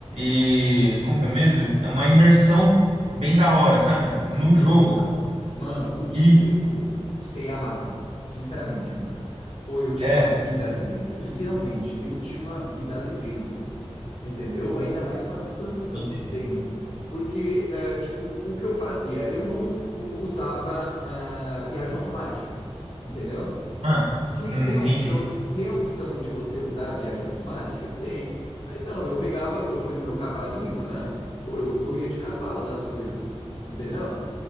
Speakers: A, on the right (about 75°); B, on the left (about 60°).
A: e como que é mesmo? É uma imersão bem da hora, sabe? No
B: Missão
A: jogo.
B: total. Mano, o
A: E
B: cinco, o sei amar, mano. Sinceramente, mano. Ou eu tinha
A: é.
B: uma vida ali dentro. Literalmente, eu tinha uma vida ali dentro. Entendeu? Ainda mais com as expansão
A: entendi.
B: que tem. Porque, é, tipo, o que eu fazia? Eu não u- usava ah, viagem automática. Entendeu?
A: Ah,
B: Tinha,
A: hum,
B: tem
A: entendi.
B: a opção, tem a opção de você usar a viagem automática? Tem. Mas não, eu pegava, eu tenho o meu cavalinho, né? Pô, eu, eu ia de cavalo nas coisas. Entendeu?